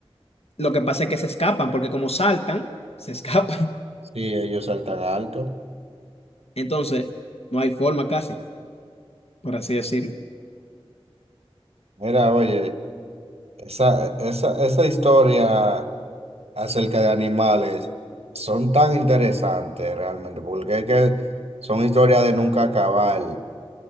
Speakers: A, on the left; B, on the right.
A: Lo que pasa es que se escapan, porque como saltan, se escapan.
B: Sí, ellos saltan alto.
A: <laughs> Entonces, no hay forma casi, por así decirlo.
B: Mira, oye, esa, esa, esa historia. acerca de animales son tan interesantes realmente, porque es que son historias de nunca acabar,